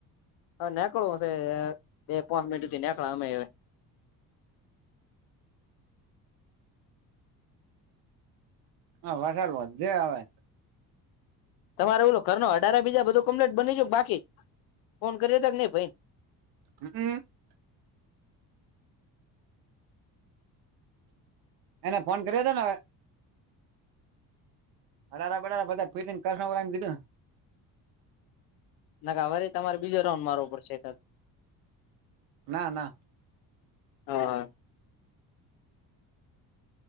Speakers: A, on the left (about 75°); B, on the right (about 80°).
A: હા નાનેકળું હશે બે પાંચ મિનટ સુથી નેકળા અમે.
B: હા વધાર અવાજ જે આવે.
A: તમારે ઓલો ઘરનુ હદારા બીજા બધું કમ્પ્લેટ બની જઉ બાકી? ફોન કરીયો તો કે નઈ ભઈ?
B: <unintelligible> એને ફોન કર્યો હતો ને હવે. અડાળા બડારા બધા ફટંગ કરશ એમ કીધું.
A: ના હવારે તમારે બીજો રાઉન્ડ મારો ઉપર છે.
B: ના ના
A: હા.